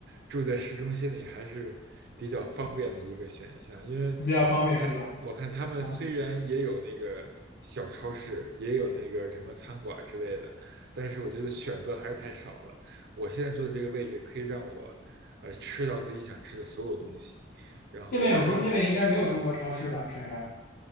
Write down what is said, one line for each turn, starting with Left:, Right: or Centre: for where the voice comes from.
Right: 住在市中心里还是比较方便的一个选项，因为我看我看他们虽然也有那个小超市，
Left: 比较方便是吧？啊，
Right: 也有那个什么餐馆之类的，但是我觉得选择还是太少了。我现在住的这个位置可以让我，呃，吃到自己想吃的所有东西，然后买到自己。
Left: 那边有中，那边应该没有中国超市吧？山上，